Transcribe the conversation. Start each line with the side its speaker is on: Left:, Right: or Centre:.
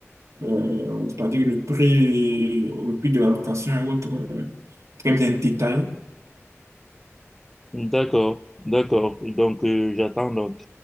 Right: euh, c'est-à-dire le prix, le prix de la location et autres, euh, très bien détaillé.
Centre: D'accord, d'accord. Donc, euh, j'attends donc.